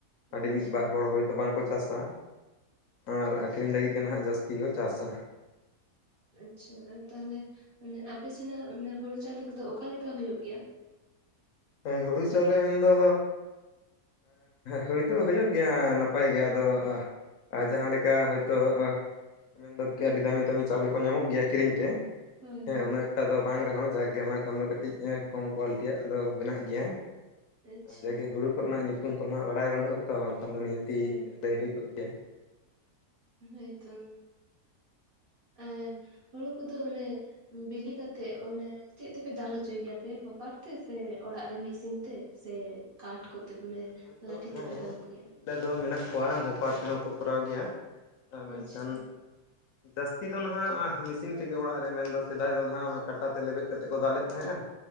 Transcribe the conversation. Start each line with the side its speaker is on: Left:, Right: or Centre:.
Left: ᱟᱹᱰᱤ
Right: ᱟᱪᱪᱷᱟ
Left: ᱢᱤᱫ ᱵᱟᱨ ᱦᱚᱲ ᱦᱚᱭᱛᱳ ᱵᱟᱝᱠᱚ ᱪᱟᱥᱟ ᱟᱨ
Right: ᱟᱪᱪᱷᱟ
Left: ᱟᱹᱠᱷᱨᱤᱧ ᱞᱟᱹᱜᱤᱜ
Right: ᱟᱪᱪᱷᱟ
Left: ᱜᱮ ᱱᱟᱦᱟᱜ ᱡᱟᱹᱥ- ᱛᱤ ᱠᱚ ᱪᱟᱥᱟ ᱾
Right: ᱟᱪᱪᱷᱟ ᱛᱟᱦᱚᱞᱮ ᱢᱟᱱᱮ ᱟᱯᱮ ᱥᱮᱱᱟᱜ ᱦᱩᱲᱩ ᱪᱟᱣᱞᱮ ᱠᱚᱫᱚ ᱚᱠᱟᱞᱮᱠᱟ ᱦᱩᱭᱩᱜ ᱜᱮᱭᱟ?
Left: ᱦᱮᱸ ᱦᱩᱲᱩ ᱪᱟᱣᱞᱮ ᱢᱮᱱ ᱫᱚ ᱦᱩᱭ ᱫᱚ ᱦᱩᱭᱩᱜ ᱜᱮᱭᱟ ᱱᱟᱯᱟᱭ ᱜᱮ ᱟᱫᱚ ᱟᱨ ᱡᱟᱦᱟᱸ ᱞᱮᱠᱟ ᱦᱚᱭᱛᱳ ᱢᱮᱱᱫᱚ ᱟᱹᱰᱤ ᱫᱟᱹᱢᱤ ᱫᱟᱹᱢᱤ ᱪᱟᱣᱞᱮ ᱠᱚ ᱧᱟᱢᱚᱜ ᱜᱮᱭᱟ ᱠᱤᱨᱤᱧ ᱛᱮ ᱾
Right: ᱦᱳᱭ
Left: ᱦᱮᱸ
Right: ᱦᱳᱭ
Left: ᱩᱱᱟᱹᱜ ᱮᱠᱴᱟ ᱫᱚ ᱵᱟᱝ ᱨᱮᱦᱚᱸ ᱡᱟᱜ ᱜᱮ ᱚᱱᱟ ᱠᱷᱚᱱ ᱫᱚ ᱠᱟᱹᱴᱤᱡ ᱠᱚᱢ ᱠᱚᱣᱟᱞᱤᱴᱤᱭᱟᱜ ᱫᱚ ᱵᱮᱱᱟᱜ ᱜᱮᱭᱟ,
Right: ᱟᱪᱪᱷᱟ
Left: ᱡᱟᱜ ᱜᱮ ᱦᱩᱲᱩ ᱠᱚᱨᱮᱱᱟᱜ ᱧᱩᱛᱩᱢ ᱠᱚᱱ ᱦᱟᱸᱜ ᱵᱟᱲᱟᱭ ᱵᱟᱹᱱᱩᱜᱼᱟ ᱾ ᱛᱚ ᱵᱟᱝᱠᱷᱟᱱ ᱫᱚ ᱱᱤᱦᱟᱹᱛᱤ
Right: ᱦᱳᱭ
Left: ᱞᱟᱹᱭ ᱦᱩᱭ ᱠᱚᱜ ᱜᱮᱭᱟ ᱾
Right: ᱦᱳᱭ ᱛᱚ ᱟᱨ ᱦᱩᱲᱩ ᱠᱚᱫᱚ ᱢᱟᱱᱮ ᱵᱤᱞᱤ ᱠᱟᱛᱮᱜ ᱚᱱᱮ ᱪᱮᱫ ᱛᱮᱯᱮ ᱫᱟᱞ ᱦᱚᱪᱚᱭ ᱜᱮᱭᱟ ᱯᱮ ᱦᱚᱯᱟᱨ ᱛᱮ ᱥᱮ ᱚᱲᱟᱜ ᱨᱮ ᱢᱮᱥᱤᱱ ᱛᱮ ᱥᱮ ᱠᱟᱴ ᱠᱚᱛᱮ ᱢᱟᱱᱮ
Left: ᱦᱳᱭᱛᱳ
Right: ᱞᱟᱴᱷᱤ
Left: ᱦᱮᱸ
Right: ᱛᱮᱯᱮ ᱫᱟᱞ ᱜᱮᱭᱟ?
Left: <unintelligible> ᱫᱚ ᱢᱮᱱᱟᱜ ᱠᱚᱣᱟ ᱦᱚᱯᱟᱨ ᱛᱮᱦᱚᱸ ᱠᱚ ᱠᱚᱨᱟᱣ ᱜᱮᱭᱟ ᱢᱮᱱᱠᱷᱟᱱ,
Right: ᱟᱪᱪᱷᱟ
Left: ᱡᱟᱹᱥᱛᱤ ᱫᱚ ᱱᱟᱦᱟᱜ ᱢᱮᱥᱤᱱ ᱛᱮᱜᱮ ᱚᱲᱟᱜ ᱨᱮ ᱢᱮᱱ ᱫᱚ ᱥᱮᱫᱟᱭ ᱫᱚ ᱱᱟᱦᱟᱜ ᱚᱱᱟ ᱠᱟᱴᱟ ᱛᱮ ᱞᱮᱵᱮᱫ ᱠᱟᱛᱮᱫ ᱠᱚ ᱫᱟᱞᱮᱫ ᱛᱟᱦᱮᱸᱜᱼᱟ ᱾